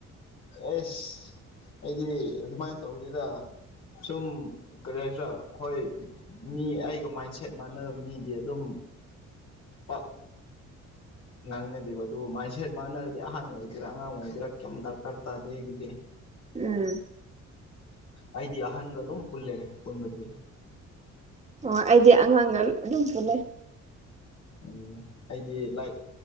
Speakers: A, on the left; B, on the right.
A: ꯑꯦꯁ ꯑꯩꯗꯤ ꯑꯗꯨꯃꯥꯏꯅ ꯇꯧꯗꯦꯗ ꯁꯨꯝ ꯀꯔꯤ ꯍꯥꯏꯁꯤꯔ ꯍꯣꯏ ꯃꯤ ꯑꯩꯒ ꯃꯥꯏꯟꯁꯦꯠ ꯃꯥꯟꯅꯗꯕ ꯃꯤꯗꯤ ꯑꯗꯨꯝ ꯄꯥꯛ ꯉꯥꯡꯅꯗꯦꯕ ꯑꯗꯨꯕꯨ ꯃꯥꯏꯟ ꯁꯦꯠ ꯃꯥꯟꯅꯔꯗꯤ ꯑꯍꯟ ꯑꯣꯏꯒꯦꯔꯥ ꯑꯉꯥꯡ ꯑꯣꯏꯒꯦꯔꯥ ꯀꯩꯝ ꯗꯔꯀꯥꯔ ꯇꯥꯗꯦ ꯑꯩꯒꯤꯗꯤ
B: ꯎꯝ
A: ꯑꯩꯗꯤ ꯑꯍꯟꯒ ꯑꯗꯨꯝ ꯄꯨꯜꯂꯦ ꯄꯨꯟꯕꯗꯤ
B: ꯑꯣ ꯑꯩꯗꯤ ꯑꯉꯥꯡꯒ ꯑꯗꯨꯝ ꯄꯨꯂꯦ
A: ꯎꯝ ꯑꯩꯗꯤ ꯂꯥꯏ